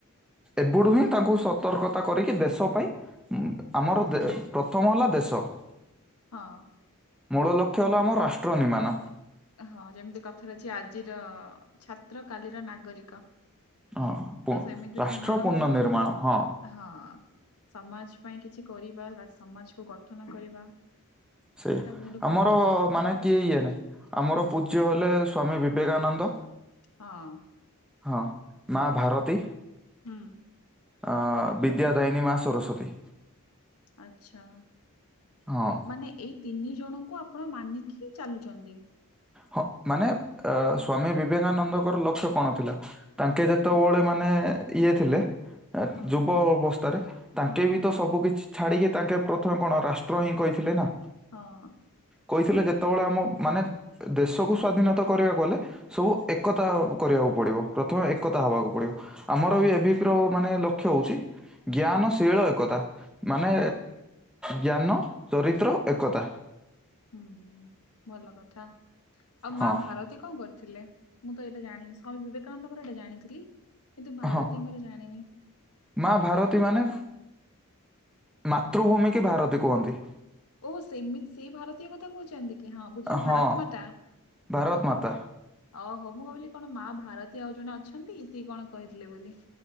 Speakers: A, in the centre; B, on the left.
A: ଏବୁଡୁ ହିଁ ତାଙ୍କୁ ସତର୍କତା କରିକି ଦେଶ ପାଇଁ ଆମର ଦେ ପ୍ରଥମ ହେଲା ଦେଶ।
B: ହଁ।
A: ମୂଳ ଲକ୍ଷ୍ୟ ହେଲା ଆମ ରାଷ୍ଟ୍ର ନିମାନ।
B: ହଁ ଯେମିତି କଥାରେ ଅଛି ଆଜିର ଛାତ୍ର କାଲିର ନାଗରିକ।
A: ହଁ
B: ତ
A: ପ
B: ସେମିତି
A: ରାଷ୍ଟ୍ର
B: ସେମାନଙ୍କୁ
A: ପୁର୍ଣ
B: ହିଁ
A: ନିର୍ମାଣ ହଁ।
B: ହଁ ସମାଜ ପାଇଁ କିଛି କରିବା ବା ସମାଜକୁ ଗଠନ କରିବା।
A: ସେଇଆ
B: ଏଇଟା ବହୁତ ବହୁତ
A: ଆମର
B: ଭଲ କଥା
A: ମାନେ
B: ଆଉ।
A: କିଏ ଇଏ ନାଇଁ। ଆମର
B: ହୁଁ
A: ପୂଜ୍ୟ ହେଲେ ସ୍ଵାମୀ ବିବେକାନନ୍ଦ।
B: ହଁ
A: ହଁ ମା ଭାରତୀ
B: ହୁଁ।
A: ଅ ବିଦ୍ୟା ଦାୟିନୀ ମା ସରସ୍ଵତୀ।
B: ଆଚ୍ଛା।
A: ହଁ।
B: ମାନେ ଏଇ ତିନି ଜଣଙ୍କୁ ଆପଣ ମାନିକି ଚାଲୁଛନ୍ତି।
A: ହଁ ମାନେ ଅ ସ୍ଵାମୀ ବିବେକାନନ୍ଦଙ୍କର ଲକ୍ଷ୍ୟ କଣ ଥିଲା। ତାଙ୍କେ ଯେତେବେଳେ ମାନେ ଇଏ ଥିଲେ।
B: ହଁ
A: ଯୁବ ଅବସ୍ଥାରେ ତାଙ୍କେ
B: ହଁ
A: ବି ତ ସବୁ କିଛି ଛାଡ଼ିକି ତାଙ୍କେ ପ୍ରଥମେ କଣ ରାଷ୍ଟ୍ର ହିଁ କହିଥିଲେ ନା।
B: ହଁ।
A: କହିଥିଲେ ଯେତେବେଳେ ଆମ ମାନେ। ଦେଶକୁ ସ୍ଵାଧୀନତା କରିବାକୁ ଗଲେ ସବୁ ଏକତା କରିବାକୁ ପଡିବ। ପ୍ରଥମେ
B: ହଁ
A: ଏକତା ହବାକୁ ପଡିବ ଆମର ଏବିବି ର ମାନେ ଲକ୍ଷ୍ୟ ହଉଛି। ଜ୍ଞାନଶୀଳ ଏକତା ମାନେ
B: ହଁ
A: ଜ୍ଞାନ ଚରିତ୍ର ଏକତା।
B: ହୁଁ ଭଲ କଥା ଆଉ
A: ହଁ
B: ମା ଭାରତୀ କଣ କର ଥିଲେ ମୁଁ ତ ଏଇଟା ଜାଣିନି ସ୍ଵାମୀ ବିବେକାନନ୍ଦଙ୍କର ଏଇଟା ଜାଣିଥିଲି କିନ୍ତୁ ଭାରତୀଙ୍କର
A: ହଁ
B: ଜାଣିନି।
A: ମା ଭାରତୀ ମାନେ ମାତୃଭୂମି କି ଭାରତୀ କୁହନ୍ତି।
B: ଓ ସେମିତି ସେଇ ଭାରତୀୟ କଥା କହୁଛନ୍ତି କି ହଁ ବୁଝ
A: ହଁ
B: ଭାରତ ମାତା।
A: ଭାରତ ମାତା
B: ଓହୋ ମୁଁ ଭାବିଲି କଣ ମା ଭାରତୀ ଆଉ ଜଣେ ଅଛନ୍ତି ସିଏ କଣ କହିଥିଲେ ବୋଲି।